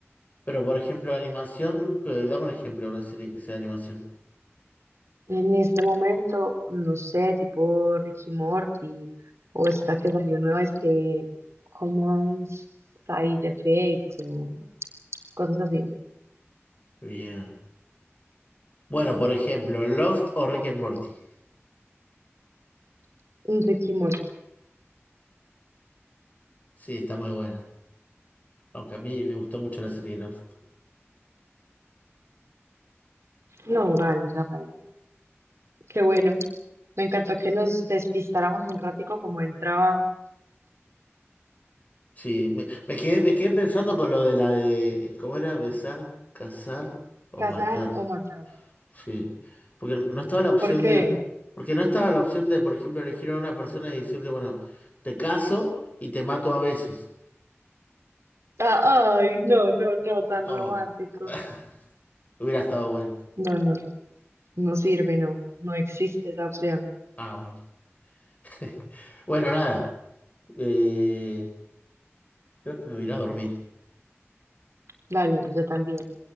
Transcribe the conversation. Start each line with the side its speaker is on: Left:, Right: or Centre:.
Left: Pero por ejemplo, animación. eh, Dame un ejemplo de una serie que sea de animación.
Right: En este momento, no sé, tipo Ricky Morty, o esta que salió nueva, es que Common Side Effects, o cosas así.
Left: Bien. Bueno, por ejemplo, Lost o Rick and Morty.
Right: Un Ricky Morty.
Left: Sí, está muy buena. Aunque a mí me gustó mucho la serie Lost.
Right: No, vale, Rafael. Qué bueno. Me encantó que nos despistáramos un ratico como el trabajo.
Left: Sí, me, me quedé, me quedé pensando con lo de la de, ¿cómo era? Besar, cazar o
Right: Cazar
Left: matar.
Right: o matar.
Left: Sí. Porque no estaba la opción
Right: ¿Por qué?
Left: de, porque no estaba la opción de, por ejemplo, elegir a una persona y decirle, bueno, te caso y te mato a besos.
Right: Ah, ay, no, no, no, tan
Left: Oh,
Right: romántico.
Left: <laughs> hubiera estado bueno.
Right: No, no, no sirve, no, no existe esa opción.
Left: Ah, bueno. <laughs> Bueno, nada. Eh, creo que me voy a ir a dormir.
Right: Vale, yo también.